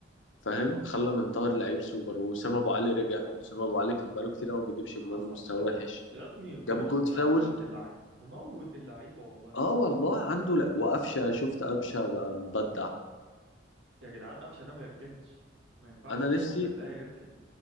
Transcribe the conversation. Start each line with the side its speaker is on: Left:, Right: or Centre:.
Left: فاهم خلى من طاهر لعيب سوبر واسامة ابو علي رجع
Right: أيوه
Left: او
Right: أيوه
Left: اسامة ابو علي كان بقاله كتير قوي ما بيجيبش
Right: حصل
Left: جوان ومستواه
Right: حصل
Left: وحش
Right: يا ابني كولر
Left: جاب جون
Right: مموت
Left: فاول
Right: اللعيبة مموت اللعيبة والله
Left: اه
Right: كولر
Left: والله عنده لا وقفشه شفت قفشه بقى مبدع
Right: يا جدعان قفشة ده ما يركنش ما ينفعش
Left: انا
Right: أقسم
Left: نفسي
Right: بالله يركن